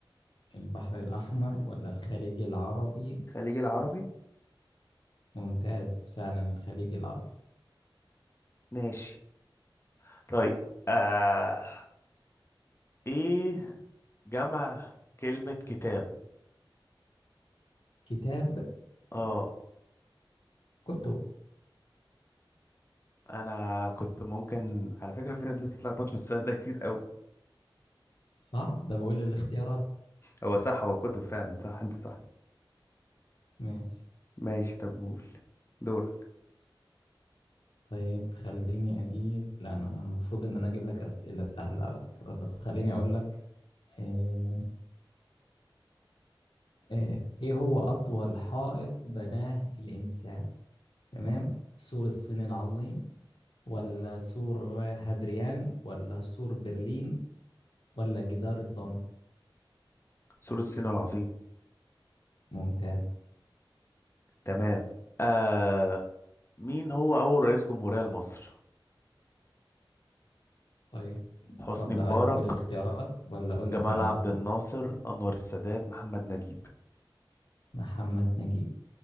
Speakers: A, on the left (about 75°); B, on the left (about 30°).
A: البحر الأحمر ولا الخليج العربي
B: الخليج العربي
A: ممتاز فعلا الخليج العربي
B: ماشي طيب آه... إيه جمع كلمة كتاب
A: كتاب
B: اه
A: كتب
B: أنا كنت ممكن على فكرة في ناس بتتلخبط من السؤال ده كتير أوي
A: صح ده بقول الاختيارات
B: هو صح هو كتب فعلا صح انت صح
A: ماشي
B: ماشي طب قول دورك
A: طيب خليني أجيب لا أنا أنا المفروض إن أنا أجيب لك أسئلة سهلة على فكرة طب خليني أقول لك آه، آه، ايه هو اطول حائط بناه الانسان تمام سور الصين العظيم ولا سور هادريان ولا سور برلين ولا جدار الضم
B: سور الصين العظيم
A: ممتاز
B: تمام آه مين هو أول رئيس جمهورية لمصر؟
A: طيب
B: حسني
A: اتفضل
B: مبارك
A: عايز تقول اختيارات ولا اقول
B: جمال
A: لك انا
B: عبد
A: على طول
B: الناصر أنور السادات محمد نجيب
A: محمد نجيب